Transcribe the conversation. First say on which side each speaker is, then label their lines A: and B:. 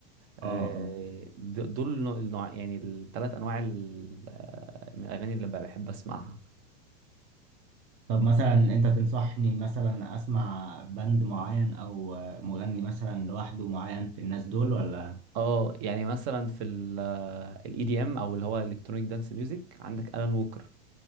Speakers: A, on the right; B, on the right.
A: آه،
B: اه
A: د- دول النوع النوع- يعني الثلاث انواع ال- آه، من الاغاني اللي بقى بحب اسمعها
B: طب مثلا انت تنصحني مثلا اسمع بند معين او مغني مثلا لوحده معين في الناس دول ولا
A: اه يعني مثلا في الاي دي ام او اللي هو الكترونيك دانس ميوزك عندك الان ووكر